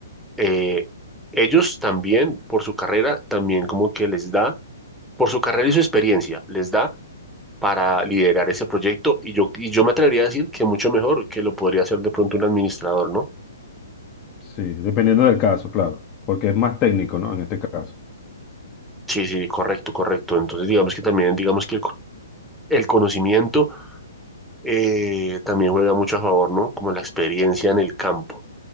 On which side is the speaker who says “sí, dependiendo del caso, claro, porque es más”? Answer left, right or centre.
Left